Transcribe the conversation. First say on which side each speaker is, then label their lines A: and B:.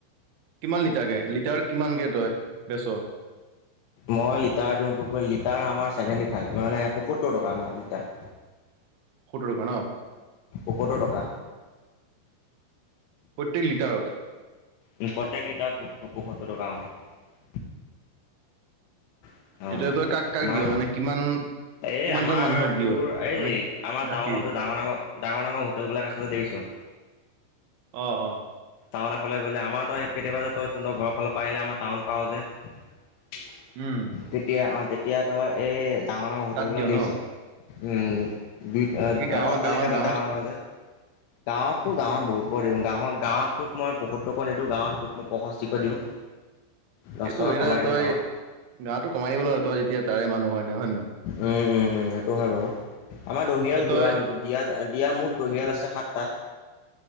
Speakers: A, on the right (about 75°); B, on the left (about 80°).
A: কিমান লিটাৰকে লিটাৰ কিমানকে তই বেছ?
B: মই লিটাৰ দিওঁ তোক লিটাৰ আমাৰ চেভেনটি ফাইভ মানে পয়সত্তৰ টকা আমাৰ লিটাৰ
A: <inaudible> টকা ন
B: পসত্তৰ টকা।
A: প্ৰত্যেক লিটাৰত
B: উম, প্ৰত্যেক লিটাৰত পয়সত্তৰ টকা অ, অ
A: এতিয়া তই কাক - কাক
B: আমাৰ
A: দিয় মানে কিমান?
B: এই
A: কিমানজন
B: আমাৰ
A: মানুহক
B: তোৰ
A: দিয়
B: এই
A: মানে
B: আমাৰ
A: গাখীৰ
B: টাউনত ডাঙৰ ডাঙৰ ডাঙৰ ডাঙৰ হোটেল বিলাক আছে যে দেখিছ
A: অ অ
B: টাউনৰ ফালে গ'লে আমাৰ তই কেতিয়াবা যে তই ঘৰৰ ফালৰ পৰা আহিলে আমাৰ টাউন পাও যে তেতিয়া
A: উম
B: অ তেতিয়া তই এই ডাঙৰ ডাঙৰ হোটেল
A: তাত
B: বিলাক
A: দিয়
B: দেখিছ
A: ন
B: উম, দুই এ-
A: বাকী গাঁৱৰ
B: এ অট্টালিকা
A: গাঁৱৰ
B: বিলাক
A: গাঁৱত
B: ডাঙৰ - ডাঙৰ যে। গাঁৱতো গাঁৱত বহুতক দিওঁ গাঁৱত গাঁৱত তোক মই পয়সত্তৰকৈ নিদিওঁ গাঁৱত তোক মই পঁষষ্ঠিকৈ দিওঁ দহ
A: এইটো
B: টকা
A: হয়
B: কমাই দিওঁ
A: তই
B: গাঁৱত
A: গাৱতটো কমাই দিব লাগিব তই যেতিয়া তাৰে মানুহ হয় হয় নয়
B: উম উম সেইটো হয় বাৰু আমাৰ দহিয়াল
A: এ তই
B: দয়াত দিয়াত ইয়াৰ মুঠ দহিয়াল আছে সাতটা।